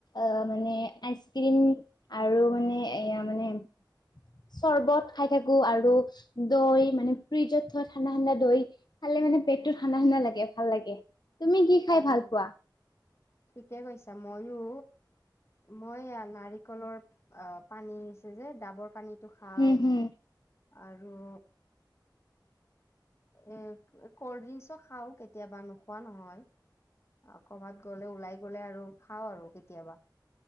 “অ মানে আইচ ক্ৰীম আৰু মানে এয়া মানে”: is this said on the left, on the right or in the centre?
Left